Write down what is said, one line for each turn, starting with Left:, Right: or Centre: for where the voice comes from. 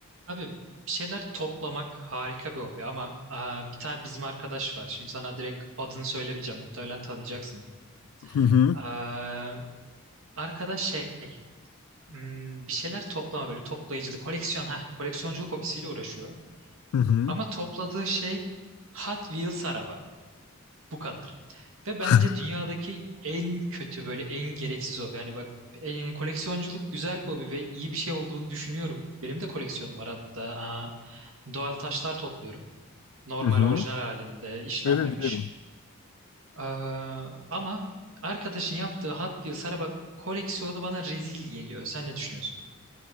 Right: Abi bir şeyler toplamak harika bir hobi ama aa, bir tane bizim arkadaş var. Şimdi sana direkt adını söylemeyeceğim. Muhtemelen tanıyacaksın.
Left: Hı hı.
Right: Aa, arkadaş şey hmm, bir şeyler toplama böyle toplayıcılık, koleksiyon ha koleksiyonculuk hobisiyle uğraşıyor.
Left: Hı hı.
Right: Ama topladığı şey Hot Wheels araba. Bu kadar. Ve bence
Left: <laughs>
Right: dünyadaki en kötü böyle en gereksiz hobi. Yani bak e, koleksiyonculuk güzel bir hobi ve iyi bir şey olduğunu düşünüyorum. Benim de koleksiyonum var hatta. Aa, doğal taşlar topluyorum. Normal
Left: Hı hı.
Right: orijinal halinde işlenmemiş.
Left: Öyle diyelim.
Right: Ee, ama arkadaşın yaptığı Hot Wheels araba koleksiyonu bana rezil geliyor. Sen ne düşünüyorsun?